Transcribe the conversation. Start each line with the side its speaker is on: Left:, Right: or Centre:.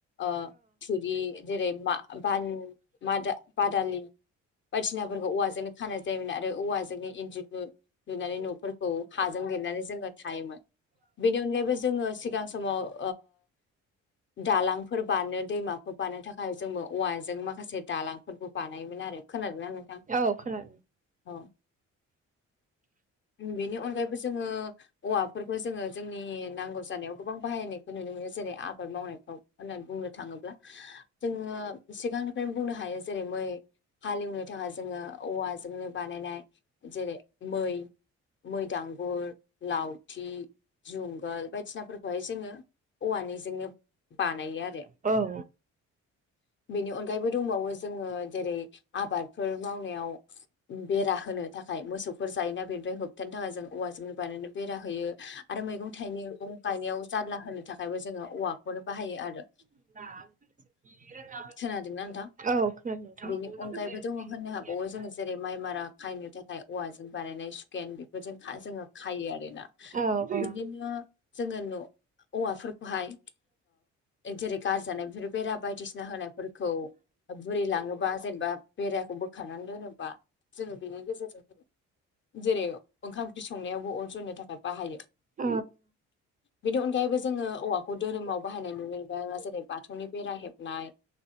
Left: ओ थुरि जेरै मा-बान-बादालि बायदिसिनाफोरखौ औवाजोंनो खानाय जायोमोन आरो औवाजोंनो इन्जुरु लुनानै न'फोरखौ हाजों लेरनानै जोङो थायोमोन बेनि अनगायैबो जोङो सिगां समाव दालांफोर ब दैमाफोर बारनो थाखाय जोंबो औवाजों माखासे दालां फोरबो बानायोमोन आरो खोनादोंना नोंथां
Right: औ खोना
Left: औ बेनि अनगायैबो जोङो औवाफोरखौ जोङो जोंनि नांगौ जानायाव गोबां बाहायनायखौ नुनो मोनो जेरै आबाद मावनायफ्राव होननानै बुंनो थाङोब्ला जोङो सिगांनिफ्रायनो बुंनो हायो जेरै मै हालेवनो थाखाय जोङो औवाजोंनो बानायनाय जेरै मै मै दांगुर लावथि जुंगाल बायदिनाफोरखौहाय जोङो औवानिजोंनो बानाय
Right: औ
Left: बेनि अनगायैबो दंबावो जोङो जेरै आबादफोर मावनायाव बेरा होनो थाखाय मोसौफोर जायोना बेनिफ्राय होबथानो थाखाय जों औवाजोंनो बानाय बेरा होयो आरो मैगं थाइगै मैगं गायनायाव जारला होनो थाखायबो जोङो औवाखौनो बाहायो आरो
Right: <unintelligible>
Left: खोनादोंना नोंथां
Right: औ खोनादों
Left: बेनि अनगायैबो दङ
Right: नोंथां
Left: होननो हाबावो जोङो जेरै माइ मारा खायनो थाखाय औवाजों बानायनाय सुकेन बेफोरजों जोङो खायो आर ना
Right: औ औ।
Left: बिदिनो जोङो न' औवाफोरखौहाय जेरै गारजानाय बेफोर बेरा बायदिसिना होनायफोरखौ बुरै लाङोबा जेनेबा बेराखौ बोखारांनानै दोनोबा जोङो बेनि गेजेरजों होनो जेरै ओंखाम ओंख्रि संनायावबो अन सरनो थाखाय बाहायो
Right: औ
Left: बेनि अनगायैबो जोङो औवाखौ धोरोमाव बाहायनाय नुनो मोनबाय जेरै बाथौनि बेरा हेबनाय